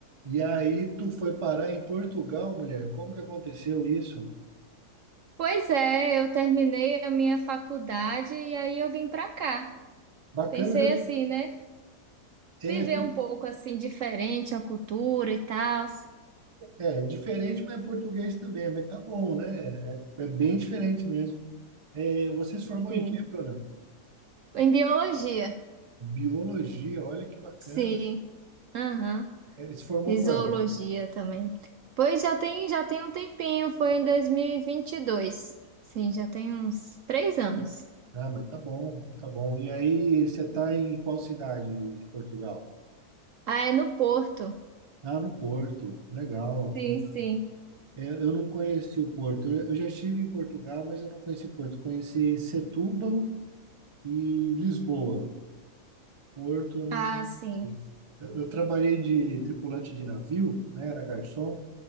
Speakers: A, on the right; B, on the right.
A: E aí tu foi parar em Portugal, mulher. Como que aconteceu isso?
B: Pois é, eu terminei a minha faculdade e aí eu vim pra cá.
A: Bacana,
B: Pensei assim, né?
A: é,
B: Viver um pouco assim diferente a cultura e tal.
A: é diferente, mas é português também, mas tá bom, né? É, é bem diferente mesmo. É, você se formou
B: Sim.
A: em quê, Bruna?
B: Em biologia,
A: Biologia, olha que bacana.
B: sim. Aham.
A: É, se formou
B: E
A: quando?
B: zoologia também. Pois já tem, já tem um tempinho, foi em dois mil e e vinte e dois Sim, já tem uns três anos.
A: Ah, mas tá bom, tá bom. E aí, você tá em qual cidade de Portugal?
B: Ah, é no Porto.
A: Ah, no Porto. Legal,
B: Sim,
A: legal.
B: sim.
A: É, eu não conheci o Porto. Eu eu já estive em Portugal, mas eu não conheci Porto. Conheci Setúbal E Lisboa, Porto, eu não
B: Ah, sim.
A: conheço. Eu, eu trabalhei de tripulante de navio, né? Era garçom.